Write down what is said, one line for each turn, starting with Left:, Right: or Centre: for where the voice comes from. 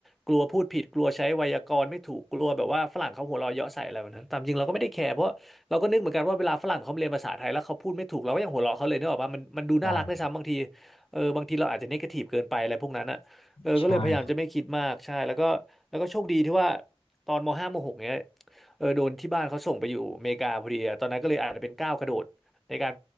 Centre: กลัวพูดผิดกลัวใช้ไวยากรณ์ไม่ถูกกลัวแบบว่าฝรั่งเขาหัวเราะเยาะใส่อะไรแบบนั้นตามจริงเราก็ไม่ได้แคร์เพราะ เราก็นึกเหมือนกันว่าเวลาฝรั่งเขาเรียนภาษาไทยแล้วเขาพูดไม่ถูกเราก็ยังหัวเราะเขาเลยนึกออกปะมันมันดูน่ารักได้วยซ้ำบางที
Left: ใช่
Centre: เออบางทีเราอาจจะเนกาทีฟเกินไปอะไรพวกนั้นอ่ะเออก็เลยพยายามจะไม่คิดมากใช่แล้วก็แล้วก็โชคดีที่ว่า
Left: ใช่
Centre: ตอนมห้ามหกเนี้ยเออโดนที่บ้านเขาส่งไปอยู่อเมริกาพอดีอะตอนนั้นก็เลยอาจจะเป็นก้าวกระโดดในการ